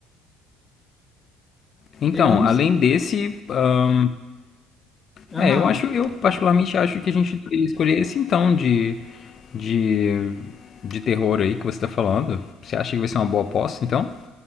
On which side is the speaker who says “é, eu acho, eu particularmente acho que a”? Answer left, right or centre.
Left